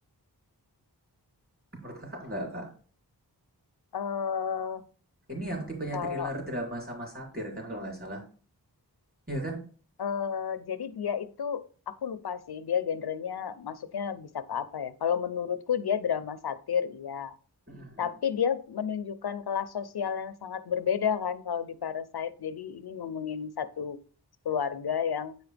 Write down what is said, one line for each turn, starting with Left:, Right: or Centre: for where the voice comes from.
Right: Menurut Kakak enggak, Kak?
Left: Eh
Right: Ini yang tipenya
Left: kalau
Right: thriller, drama, sama satir kan kalau nggak salah? Iya kan?
Left: eh jadi dia itu aku lupa sih dia genrenya masuknya bisa ke apa ya. Kalau menurutku dia drama satir, iya.
Right: Mhm, mhm.
Left: Tapi dia menunjukkan kelas sosial yang sangat berbeda kan kalau di Parasite. Jadi ini ngomongin satu keluarga yang